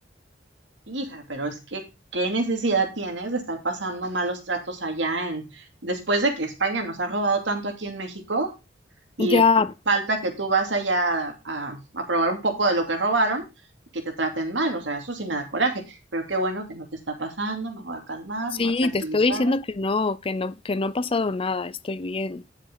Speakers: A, on the right (about 70°); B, on the left (about 30°).
A: Hija, pero es que, ¿qué necesidad tienes de estar pasando malos tratos allá en, después de que España nos ha robado tanto aquí en México y
B: Ya,
A: falta que tú vas allá a, a probar un poco de lo que robaron y que te traten mal? O sea, eso sí me da coraje, pero qué bueno que no te está pasando, me voy a calmar,
B: sí,
A: me voy a tranquilizar.
B: te estoy diciendo que no, que no, que no ha pasado nada, estoy bien.